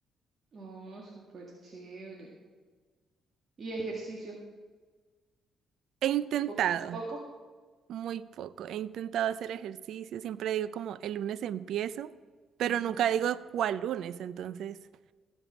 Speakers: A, on the right (about 45°); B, on the right (about 70°).
A: Oh, súper chévere. Y ejercicio,
B: He intentado,
A: poqui- poco.
B: muy poco, he intentado hacer
A: es que,
B: ejercicio, siempre digo como el lunes empiezo, pero
A: ujú,
B: nunca digo cuál lunes, entonces